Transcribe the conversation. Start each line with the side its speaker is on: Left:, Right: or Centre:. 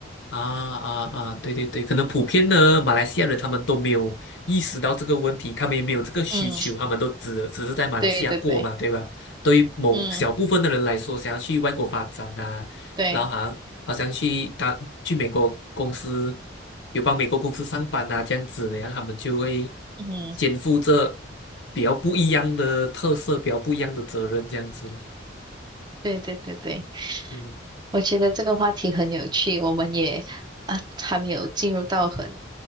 Left: 啊啊啊，对对对，可能普遍呢，马来西亚人他们都没有意识到这个问题，他们也没有这个需求，
Right: 嗯，
Left: 他们都只只是在马来西亚过嘛，
Right: 对对对，
Left: 对吧？对于某小部分的人来说，
Right: 嗯
Left: 想要去外国发展啊，
Right: 对，
Left: 然后好像好像去他去美国公司有帮美国公司上班啊这样子，然后他们就会
Right: 嗯
Left: 肩负着比较不一样的特色，比较不一样的责任这样子，
Right: 对对对对，
Left: 嗯。
Right: 我觉得这个话题很有趣，我们也啊还没有进入到很。